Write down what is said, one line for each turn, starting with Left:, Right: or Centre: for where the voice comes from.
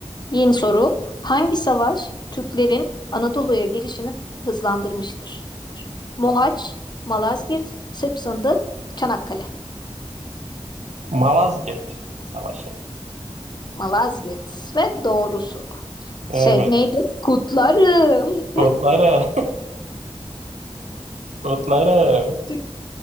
Left: Yeni soru. Hangi savaş Türklerin Anadolu'ya girişini hızlandırmıştır? Mohaç, Malazgirt, Sırp Sındı, Çanakkale.
Right: Malazgirt Savaşı.
Left: Malazgirt ve doğru soru.
Right: Evet.
Left: Şey neydi? Kutlarım.
Right: Kutlarım. Kutlarım.
Left: Türk,